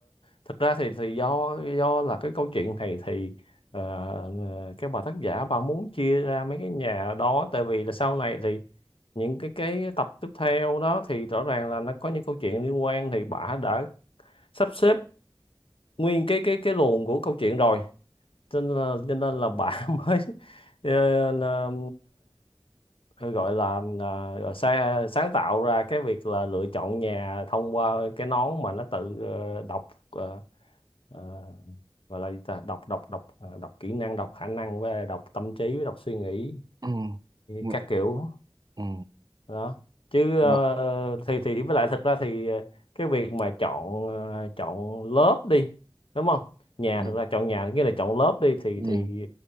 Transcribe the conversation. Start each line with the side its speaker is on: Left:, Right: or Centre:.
Left: thật ra thì thì do do là cái câu chuyện này thì ờ, ờ, các bà tác giả bà muốn chia ra mấy cái nhà đó tại vì là sau này thì những cái cái tập tiếp theo đó thì rõ ràng là nó có những câu chuyện liên quan thì bà đã sắp xếp nguyên cái cái cái luồng của câu chuyện rồi cho nên là, cho nên là bạn <laughs> mới ờ, là, ờ, gọi là, là gọi sa- sáng tạo ra cái việc là lựa chọn nhà thông qua cái nón mà nó tự ờ, đọc ờ, ờ, gọi là gì ta đọc đọc đọc ờ, đọc kỹ năng đọc khả năng với đọc tâm trí với đọc suy nghĩ
Right: ừ ừ
Left: các kiểu
Right: ừ
Left: đó chứ ờ,
Right: Ờ,
Left: thì thì với lại thật ra thì ờ, cái việc mà chọn ờ, chọn lớp đi đúng không nhà
Right: ừ
Left: thật ra chọn nhà thì nghĩa là chọn lớp đi thì
Right: ừ
Left: thì,